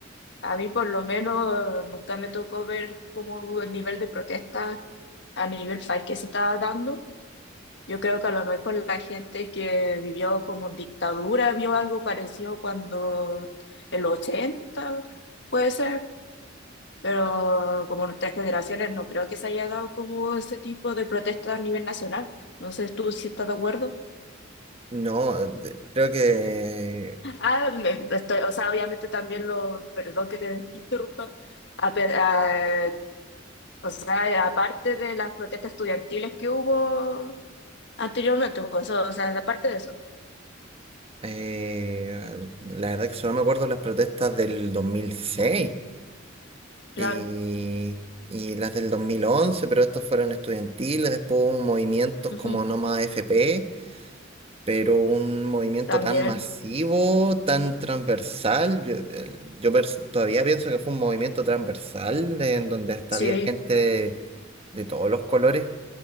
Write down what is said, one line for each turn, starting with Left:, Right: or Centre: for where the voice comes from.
Left: a mí por lo menos nunca me tocó ver como el nivel de protesta a nivel país que se estaba dando. Yo creo que a lo mejor la gente que vivió como en dictadura vio algo parecido cuando en los 80, puede ser pero como nuestras generaciones no creo que se haya dado como ese tipo de protesta a nivel nacional. No sé tú si estás de acuerdo.
Right: No, eh, de- creo que
Left: Ah, me- estoy, o sea, obviamente también lo, perdón que te interrumpa, A pe- a- o sea, aparte de las protestas estudiantiles que hubo anteriormente, o eso, o sea, aparte de eso,
Right: eh, la verdad que solo me acuerdo de las protestas del 2006
Left: claro,
Right: y, y las del 2011, pero estos fueron estudiantiles, después hubo movimientos
Left: ujú,
Right: como No Más AFP pero un movimiento
Left: También,
Right: tan masivo, tan transversal, yo, el- yo pers- todavía pienso que fue un movimiento transversal en donde hasta
Left: sí.
Right: había gente de, de todos los colores